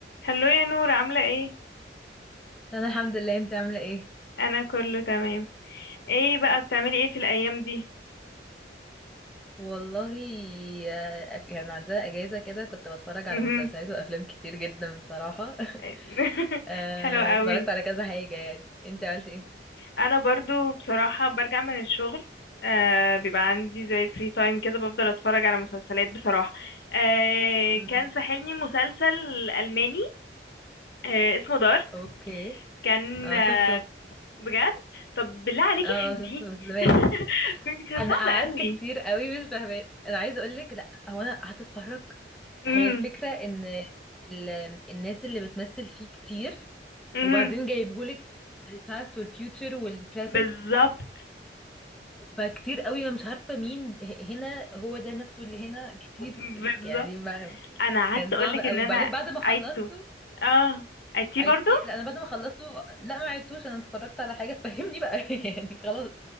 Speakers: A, on the left (about 65°); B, in the centre.
A: هلو يا نور عاملة ايه؟
B: انا الحمد لله انت عامله ايه
A: انا كله تمام ايه بقى بتعملي ايه في الايام دي؟
B: والله آه، كان عندنا اجازه كده كنت بتفرج على
A: مهم.
B: مسلسلات وافلام كتير جدا بصراحه <laughs>
A: <laughs>
B: آه،
A: حلو قوي
B: اتفرجت على كذا حاجه يعني انت عملت ايه
A: انا برضو بصراحة برجع من الشغل آه بيبقى عندي زي فري تايم كده بفضل اتفرج على مسلسلات بصراحة آه
B: مم.
A: كان ساحلني مسلسل الماني آه اسمه دارك
B: اوكي
A: كان
B: اه
A: آه
B: شفته
A: بجد طب بالله عليكي
B: اه
A: فهمتيه؟
B: شفته بس زمان
A: <laughs> فهمتي كانت
B: انا
A: صعبة
B: قعدت
A: قوي
B: كتير قوي مش فاهمه انا عايزه اقول لك لا هو انا قعدت اتفرج
A: امم
B: هي الفكره ان ال... الناس اللي بتمثل فيه كتير
A: امم
B: وبعدين جايبهولك الباست والفيوتشر والبريزنت
A: بالظبط
B: فكتير قوي انا مش عارفه مين ه- هنا هو ده نفسه اللي هنا كتير
A: بالظبط
B: يعني ما
A: انا قعدت
B: كان
A: اقولك
B: صعب قوي
A: ان انا
B: وبعدين بعد ما خلصته
A: عيدته اه عيدتيه
B: عدتي
A: برضو
B: لا انا بعد ما خلصته لا ما عدتوش انا اتفرجت على حاجه تفهمني بقى <laughs> يعني خلاص